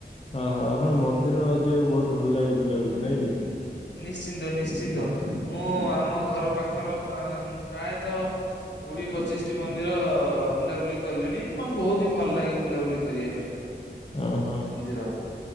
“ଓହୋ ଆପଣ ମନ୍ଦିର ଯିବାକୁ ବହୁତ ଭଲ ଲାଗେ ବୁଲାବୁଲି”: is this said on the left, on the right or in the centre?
Left